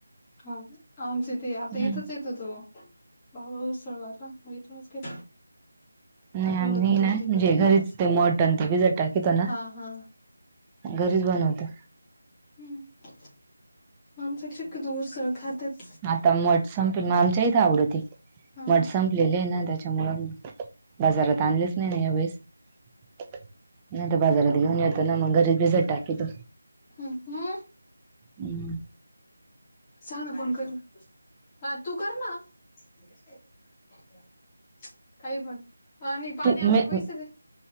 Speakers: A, on the left; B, on the right.
A: हा का? आमचे ते आता
B: हम्म.
A: इथच येत होतो ओ बाबा उसळवाटा म इथूनच <unintelligible>
B: नाही
A: आठवड्यातून
B: आम्ही
A: दोन
B: ना
A: तीन
B: म्हणजे
A: वेळेस तर
B: घरीच
A: राहतेच.
B: ते मटन ते भिजत टाकीतो ना
A: हा हा
B: घरीच बनवतो.
A: हम् आमच्यात शक्यतो उसळ खातच
B: ता मठ संपेल ना आमच्या इथ आवडते.
A: हा.
B: मठ संपलेले यै ना त्याच्यामुळ, बाजारात आणलेच नाही ना यावेेळेस नाही तर बाजारात घेऊन येतो ना मंग घरी भिजत टाकीेतो
A: हम् हम्
B: उम्म.
A: सांग ना कोण करी? हा तू कर ना, मी कशी काय <unintelligible> काही पण आणि पाणी
B: तू
A: आणायला
B: मी
A: पैसे दे